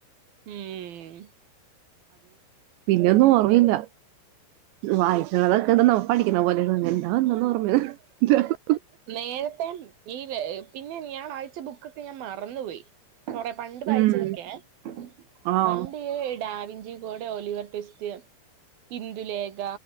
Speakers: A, on the right; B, on the right.
A: ഊം
B: പിന്നൊന്നും ഓർമ്മയില്ല. വായിച്ചുള്ളതൊക്കെ ഇത് പഠി ക്ക്ന്ന പോലെയാണ്. മിണ്ടാതെ നിന്നങ്ങ് ഒറങ്ങാ
A: നേരത്തെ ഈ പിന്നെ ഇയാളയച്ച ബുക്കൊക്കെ ഞാൻ മറന്നുപയി കൊറേ പണ്ട് വായിച്ചതൊക്കെയേ
B: ഉം ആഹ്
A: പണ്ട് ഈ Davy ഞ്ചി code Oliver Twist Indulekha